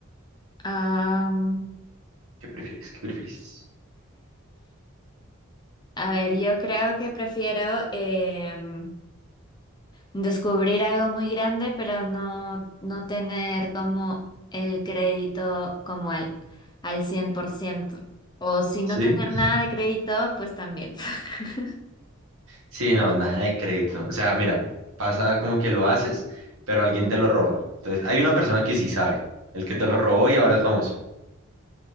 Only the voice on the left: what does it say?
am,
a ver, yo creo que prefiero em, descubrir algo muy grande, pero no, no tener como el crédito como al, al 100%. O si no
tener nada de crédito, pues también. <laughs>